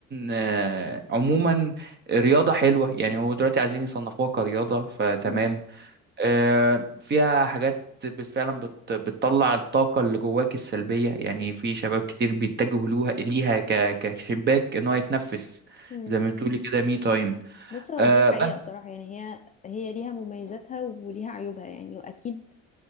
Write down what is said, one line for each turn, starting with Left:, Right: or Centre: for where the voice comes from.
Right: آه، عموما رياضة حلوة يعني هو دلوقتي عايزين يصنفوها كرياضة فتمام
Left: مم.
Right: آه، فيها حاجات بت- فعلا بت- بتطلع الطاقة اللي جواك السلبية يعني في شباب كتير بيتجهوا لوها ليها ك- كشباك ان هو يتنفس
Left: مم.
Right: زي ما بتقولي كده مي تايم
Left: بص هو
Right: أه
Left: دي حقيقة
Right: بس
Left: بصراحة يعني هي هي ليها مميزاتها وليها عيوبها يعني وأكيد